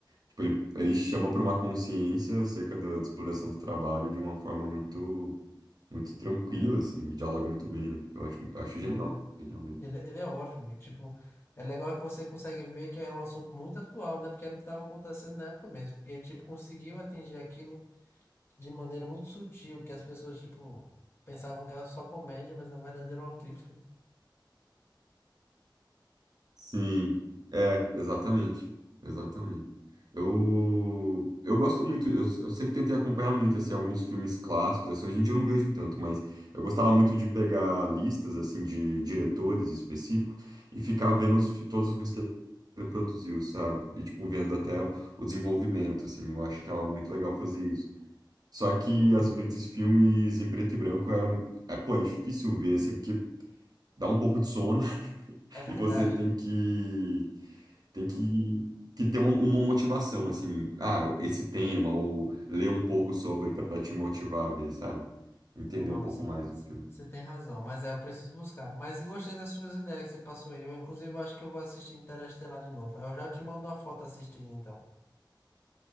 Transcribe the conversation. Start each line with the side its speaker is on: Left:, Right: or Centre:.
Right: Tipo, ele, ele chama para uma consciência acerca da, da exploração do trabalho de uma forma muito, muito tranquila,
Left: É.
Right: assim, e dialoga muito bem, né? Eu acho, eu acho
Left: Não,
Right: genial,
Left: é-
Right: genial mesmo.
Left: ele, ele é ótimo. e, tipo, é legal que você consegue ver que era um assunto muito atual, né? Porque era o que estava acontecendo na época mesmo. E ele, tipo, conseguiu atingir aquilo de maneira muito sutil, que as pessoas, tipo, pensavam que era só comédia, mas na verdade era uma crítica.
Right: Sim, é, exatamente, exatamente. Eu, eu gosto muito, eu, eu sempre tentei acompanhar muito, assim, alguns filmes clássicos, assim, hoje em dia eu não vejo tanto, mas eu gostava muito de pegar listas, assim, de diretores específicos e ficar
Left: Hum,
Right: vendo os fi- todos os filmes que ele produziu, sabe? E, tipo, vendo até
Left: Sim.
Right: o o desenvolvimento, assim, eu achava muito legal fazer isso. Só que,
Left: Uhum.
Right: às vezes, filmes em preto e branco era, é, pô, é difícil ver, assim, porque dá um pouco de sono <laughs>
Left: É verdade.
Right: e você tem que tem que, que ter uma, uma motivação, assim, ah, esse tema, ou ler um pouco sobre para te motivar a ver, sabe? Entender
Left: Não,
Right: um pouco
Left: você
Right: mais do filme.
Left: você tem razão, mas é, eu preciso buscar. Mas gostei das suas ideias que você passou aí. Eu, inclusive, acho que eu vou assistir Interestelar de novo. Eu já te mando uma foto assistindo, então.